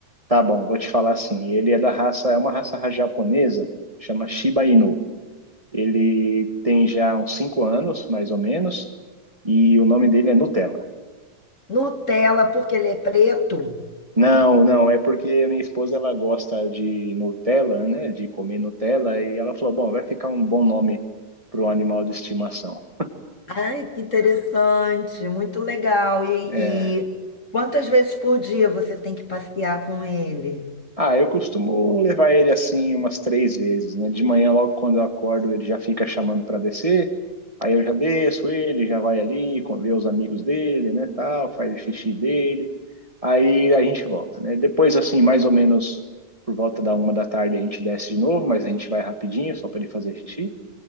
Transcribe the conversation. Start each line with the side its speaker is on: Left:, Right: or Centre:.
Right: Tá bom, vou te falar assim. Ele é da raça, é uma raça japonesa, chama Shiba Inu. Ele tem já uns cinco anos, mais ou menos, e o nome dele é Nutella.
Left: Nutella, porque ele é preto.
Right: Não, não, é porque a minha esposa ela gosta de Nutella, né? De comer Nutella, e ela falou: bom, vai ficar um bom nome para o animal de estimação.
Left: Ai, que interessante, muito legal. E,
Right: É.
Left: e quantas vezes por dia você tem que passear com ele?
Right: Ah, eu costumo levar ele assim umas três vezes, né? De manhã, logo quando eu acordo, ele já fica chamando para descer, aí eu já desço ele, já vai ali, com- vê os amigos dele, né? Tal, faz o xixi dele, aí a gente volta, né? Depois, assim, mais ou menos por volta da uma da tarde, a gente desce de novo, mas a gente vai rapidinho, só para ele fazer xixi.